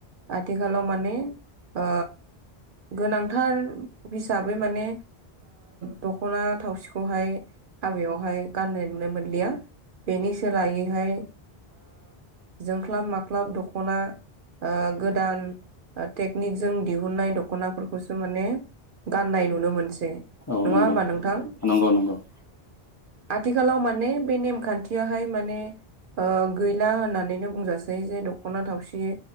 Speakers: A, on the right; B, on the left.
A: आथिखालाव माने आ गोनांथार हिसाबै माने दखना थावसि बिखौहाय हाबायावहाय गाननाय नुनाय मोनलिया बेनि सोलायैहाय जोंख्लाब माख्लाब दख'ना गोदान टेकनिकजों दिहुनाय दखनाफोरखौसो माने गाननाय नुनो मोनसै
B: औ
A: नङा
B: नंगौ
A: होमबा नोंथां
B: नंगौ नंगौ
A: आथिखालाव माने बे नेमखान्थियाहाय माने गैला होननानैनो बुंजासै जे दख'ना थावसि